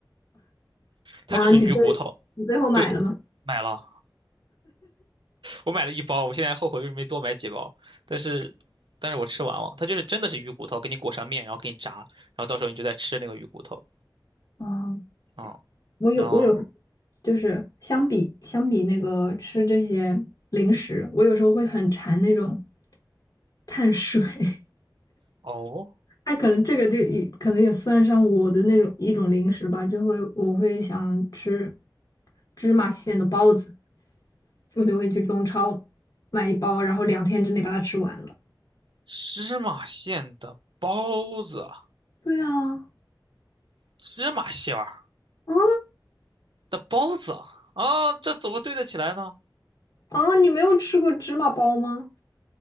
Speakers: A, on the right; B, on the left.
A: 它就是鱼骨头，
B: 然后你会，你最后买了吗？
A: 对，买了，我买了一包，我现在后悔为什么没多买几包，但是，但是我吃完了，它就是真的是鱼骨头，给你裹上面，然后给你炸，然后到时候你就在吃那个鱼骨头，
B: 啊，
A: 嗯，
B: 我有我有，
A: 然后
B: 就是相比相比那个吃这些零食，我有时候会很馋那种碳水。<laughs>
A: 哦，
B: 哎，可能这个就也可能也算上我的那种一种零食吧，就会我会想吃芝麻馅的包子，我就会去中超买一包，然后两天之内把它吃完了。
A: 芝麻馅的包子。”
B: 对啊，
A: 芝麻馅儿
B: 啊
A: 的包子啊，哦这怎么对得起来呢？
B: 啊，你没有吃过芝麻包吗？